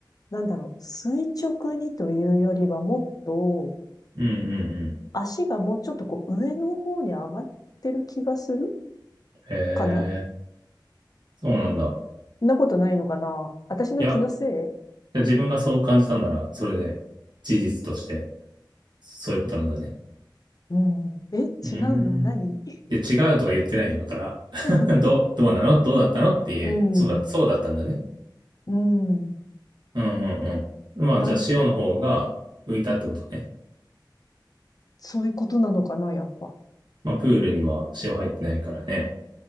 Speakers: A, on the left; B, on the right.
A: なんだろう、垂直にというよりはもっと、
B: うんうんうん。
A: 足がもうちょっとこう上の方に上がってる気がする
B: ええ
A: かな
B: そうなんだ。
A: そんなことないのかな私の気のせい
B: いや、自分がそう感じたなら、それで事実としてそういうことなんだね。
A: うん。え、違うの何
B: うーん。で、違うとか言ってないよ。だか
A: <laughs>
B: ら <laughs> どう、どうなのどうだったのっていう、
A: うん。
B: そうだ、そうだったんだね。
A: うん。
B: うんうんうん。まあ、
A: なん、
B: じゃあ塩の方が浮いたってことね。
A: そういうことなのかなやっぱ。
B: まあ、プールには塩入ってないからね。